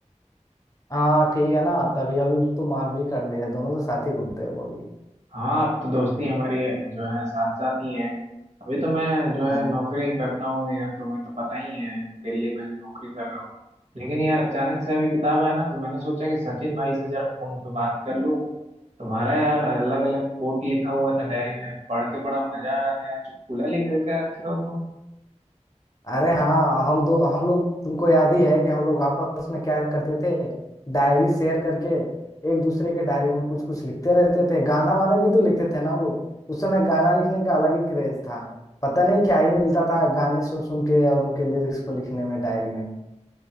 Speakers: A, on the left; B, on the right.
A: हाँ ठीक है ना तभी अभी उसको माफ भी कर दिया दोनों तो साथ ही घूमते हैं वो भी
B: हाँ अब तो दोस्ती हमारी जो है साथ साथ ही है अभी तो मैं जो है
A: हम्म
B: नौकरी करता हूँ इधर तो तुम्हें तो पता ही है दिल्ली में नौकरी कर रहा हूँ लेकिन यार अचानक से अभी किताब आया ना तो मैंने सोचा कि सचिन भाई से जरा फोन पे बात कर लूँ तुम्हारा यार अलग अलग कोट लिखा हुआ था डायरी में पढ़ के बड़ा मजा आ रहा था यार चुटकुला लिख के रखे हो तुम
A: अरे हाँ हम दो हम लोग तुमको याद ही है कि हम लोग आपस में क्या करते थे डायरी शेयर करके एक दूसरे के डायरी में कुछ कुछ लिखते रहते थे गाना वाना भी तो लिखते थे ना हम लोग उस समय गाना लिखने का अलग ही क्रेज था पता नहीं क्या ही मिलता था गाने सुन सुन के और उनके लिरिक्स को लिखने में डायरी में